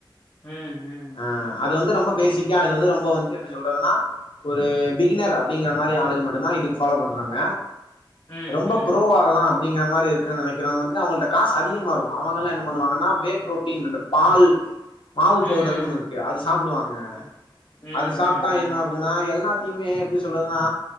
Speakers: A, on the left; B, on the left.
A: ம் ம்
B: ஆ அது வந்து ரொம்ப பேசிக்கா அது வந்து ரொம்ப வந்துட்டு எப்டி சொல்றதுனா ஒரு பிகினர் அப்டிங்கிற மாரி ஆளுங்க மட்டுந்தா இதுக்கு ஃபாலோ பண்றாங்க
A: ம்
B: ரொம்ப
A: ம்
B: ப்ரோவாகலா அப்டிங்கிற மாரி இருக்க நெனைக் கிறவ்ங்க வந்துட்டு அவ்ங்கள்ட்ட காசு அதிகமா இருக்கு அவங்கலா என்ன பண்ணுவாங்கன்னா வே புரோட்டின் அந்த பால் மாவு
A: ம்
B: பவுடர்னு ஒன்னு இருக்கு அது சாப்டுவாங்க
A: ம் ம்
B: அது சாப்ட்டா
A: ம் ம்
B: என்ன ஆகுனா எல்லா த்துமே எப்டி சொல்றதுனா